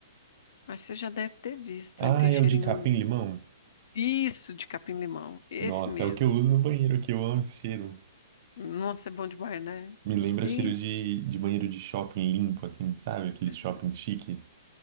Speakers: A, on the left; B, on the right.
A: Acho que você já deve ter visto.
B: Ah,
A: Ele tem
B: é
A: cheirinho
B: o de capim-limão?
A: Isso de capim-limão, esse
B: Nossa,
A: mesmo.
B: é o que eu uso no banheiro aqui. Eu amo esse cheiro.
A: Nossa, é bom demais, né?
B: Me lembra
A: Gente,
B: cheiro de, de banheiro de shopping limpo, assim, sabe? Aqueles
A: esse-
B: shopping chiques.